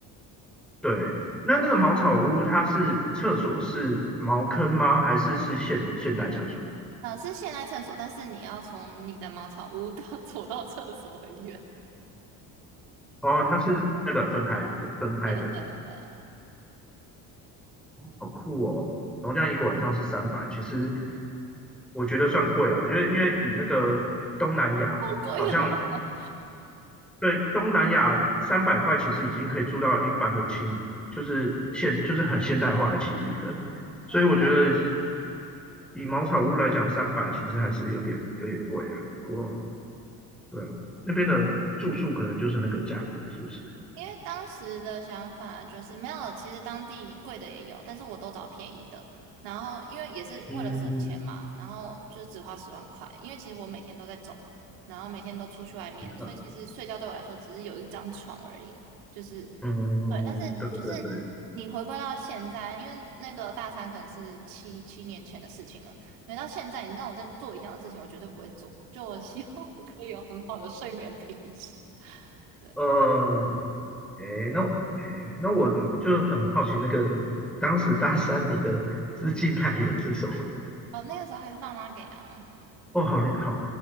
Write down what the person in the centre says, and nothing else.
对，那那个茅草屋，它是厕所是茅坑吗？还是是现现代厕所？
哦，它是那个分开的，
分开的，
好酷哦。然后这样一个晚上是三百，其实我觉得算贵了，因为因为以那个东南亚，
好像对，东南亚三百块其实已经可以住到一般的青，就是现就是很现代化的青旅了。所以我觉得
以茅草屋来讲，三百其实还是有点有点贵啊。不过对啊，那边的住宿可能就是那个价格，是不是？
嗯，
你看，
嗯，
对对对，
呃，诶，那诶，那我就很好奇，那个当时大三你的资金来源是什么？
哦，好厉，好